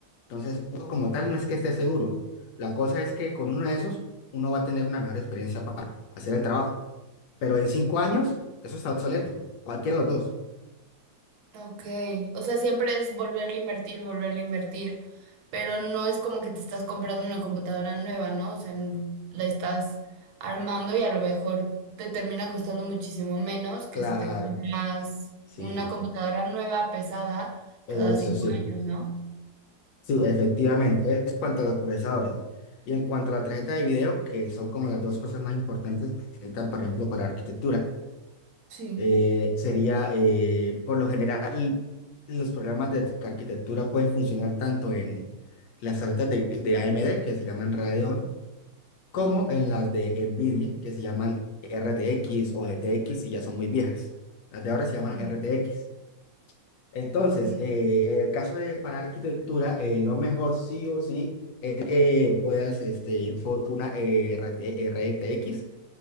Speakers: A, on the left (about 80°); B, on the right (about 65°).
A: Entonces, uno como tal no es que esté seguro. La cosa es que con uno de esos, uno va a tener una mejor experiencia para hacer el trabajo. Pero en cinco años, eso está obsoleto. Cualquiera de los dos.
B: Ok, o sea, siempre es volverle a invertir, volverle a invertir, pero no es como que te estás comprando una computadora nueva, ¿no? O sea, n- la estás armando y a lo mejor te termina costando muchísimo menos que
A: Claro,
B: si te compras
A: sí,
B: una computadora nueva, pesada,
A: eso
B: cada cinco
A: sí.
B: años, ¿no?
A: Sí, efectivamente. Es cuanto a los procesadores. Y en cuanto a la tarjeta de video, que son como las dos cosas más importantes que se necesitan, por ejemplo, para arquitectura.
B: Sí,
A: eh, sería, eh, por lo general, los programas de arquitectura pueden funcionar tanto en las tarjetas de, de AMD, que se llaman Radeon, como en las de NVIDIA, que se llaman RTX o GTX, y ya son muy viejas. Las de ahora se llaman
B: sí,
A: RTX. Entonces,
B: ok,
A: eh, en el caso de para arquitectura, eh, lo mejor sí o sí es que puedas este, ir por una eh, RT RTX